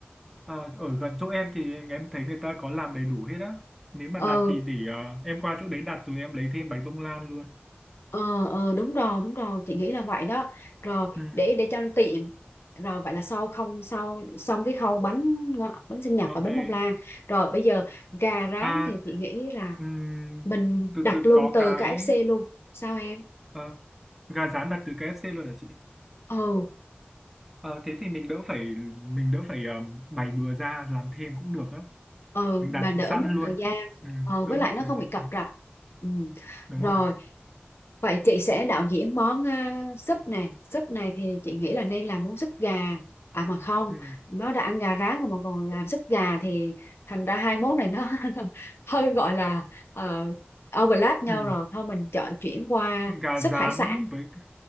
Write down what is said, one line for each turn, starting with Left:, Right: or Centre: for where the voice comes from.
Centre: Ờ, ở gần chỗ em thì em thấy người ta có làm đầy đủ hết á. Nếu mà
Left: Ừ,
Centre: đặt thì để ờ, em qua chỗ đấy đặt rồi em lấy thêm bánh bông lan luôn.
Left: ờ ờ đúng rồi, đúng rồi, chị nghĩ là vậy đó. Rồi
Centre: Ừ,
Left: để để cho nó tiện. Rồi vậy là sau không sau xong cái khâu bánh ngọ- bánh sinh nhật
Centre: ok.
Left: và bánh bông lan. Rồi bây giờ gà rán
Centre: À,
Left: thì chị nghĩ là
Centre: ừm,
Left: mình
Centre: từ
Left: đặt
Centre: từ
Left: luôn
Centre: có
Left: từ
Centre: cái
Left: KFC luôn. Sao em?
Centre: ờ, gà rán đặt từ KFC luôn hả chị?
Left: Ừ.
Centre: Ờ, thế thì mình đỡ phải mình đỡ phải ờ, bày bừa ra làm thêm cũng được á.
Left: ờ
Centre: Mình đặt
Left: mà đỡ
Centre: sẵn
Left: mất
Centre: luôn.
Left: thời gian
Centre: Ừ,
Left: ờ
Centre: đỡ
Left: với
Centre: mất
Left: lại nó
Centre: thời
Left: không
Centre: gian.
Left: bị cập rập ừ.
Centre: Đúng
Left: rồi
Centre: rồi.
Left: vậy chị sẽ đạo diễn món à, súp nè súp này thì chị nghĩ là nên làm món súp gà à mà không
Centre: Ừ,
Left: nó đã ăn gà rán rồi mà còn làm súp gà thì thành ra hai món này nó <laughs> hơi gọi là ờ, overlap nhau
Centre: ừ.
Left: rồi thôi mình chọn chuyển qua
Centre: Gà
Left: súp
Centre: rán
Left: hải sản
Centre: với cả-